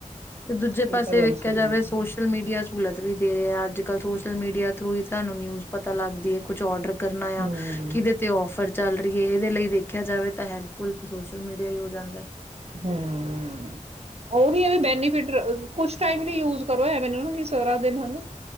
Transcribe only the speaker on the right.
ਇਹ ਤਾਂ ਗੱਲ
ਸਹੀ
ਹੈ,
ਹੂੰ।
ਹਮ ਓਹੀ ਬੈਨੀਫਿਟ ਕੁਛ ਟਾਈਮ ਲਈ ਯੂਜ ਕਰੇ ਮੈਨੂੰ ਸਾਰ ਦਿਨਾ ਹੁਣ